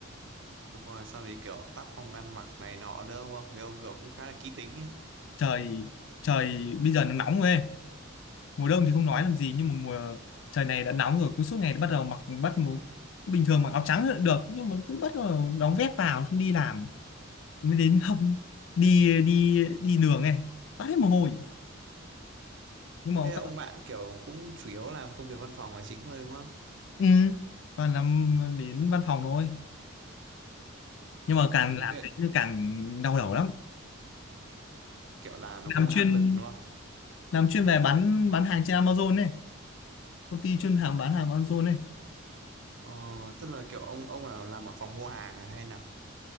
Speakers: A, on the right; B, on the left.
A: Đúng rồi, xong thì kiểu tác phong ăn mặc này nọ nữa đúng không? Mấy ông kiểu cũng khá là kỹ tính ấy.
B: trời trời bây giờ nó nóng rồi ấy. mùa đông thì không nói làm gì nhưng mà mùa trời này đã nóng rồi cứ suốt ngày bắt đầu mặc bắt mù- bình thường mặc áo trắng là được nhưng mà cứ bắt đầu đóng vét vào xong đi làm mới đến không đi đi đi đường này toát hết mồ hôi nhưng mà
A: Thế là
B: các
A: ông bạn kiểu cũng chủ yếu làm công việc văn phòng là chính thôi đúng không?
B: ừ, toàn làm đến văn phòng thôi nhưng mà càng
A: Ừ,
B: làm
A: thế
B: đến thì càng đau đầu lắm
A: kiểu làm
B: làm
A: nó cũng
B: chuyên
A: áp lực đúng không?
B: làm chuyên về bán bán hàng trên Amazon này công ty chuyên hàng bán hàng Amazon này
A: Ờ, tức là kiểu ông ông là làm ở phòng mua hàng à hay nào?